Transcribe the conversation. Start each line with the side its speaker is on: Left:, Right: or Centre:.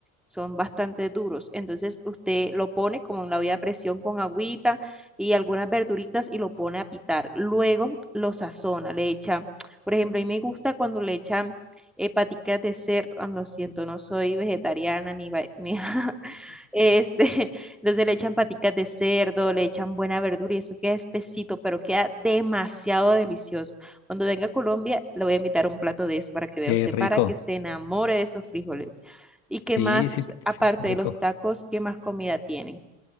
Centre: Son bastante duros. Entonces usted lo pone como en la olla a presión con agüita y algunas verduritas y lo pone a pitar. Luego lo sazona, le echa. Por ejemplo, a mí me gusta cuando le echan eh, paticas de cerdo. Ah, Lo siento, no soy vegetariana ni, va- ni <laughs> este, entonces le echan paticas de cerdo, le echan buena verdura y eso queda espesito, pero queda demasiado delicioso. Cuando venga a Colombia, le voy a invitar un plato de eso para que vea
Left: Qué
Centre: usted,
Left: rico.
Centre: para que se enamore de esos frijoles. ¿Y qué
Left: Sí,
Centre: más,
Left: sí,
Centre: aparte
Left: sí, qué rico.
Centre: de los tacos, qué más comida tienen?